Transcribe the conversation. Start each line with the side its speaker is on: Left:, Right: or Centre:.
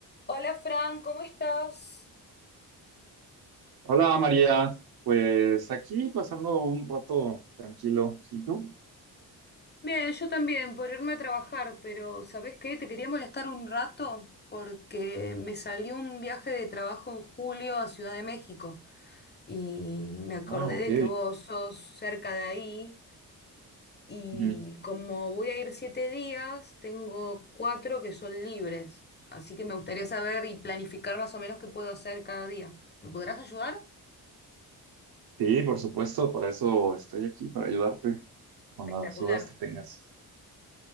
Left: Hola Fran, ¿cómo estás?
Right: Hola María, pues aquí pasando un rato tranquilo. ¿Y tú?
Left: Bien, yo también, por irme a trabajar, pero ¿sabés qué? Te quería molestar un rato porque me salió un viaje de trabajo en julio a Ciudad de México y me acordé
Right: Ah, ok.
Left: de que vos sos cerca de ahí y
Right: Ujú.
Left: como voy a ir siete días, tengo cuatro que son libres, así que me gustaría saber y planificar más o menos qué puedo hacer cada día. ¿Me podrás ayudar?
Right: Sí, por supuesto, para eso estoy aquí, para ayudarte con
Left: Espectacular.
Right: las dudas que tengas.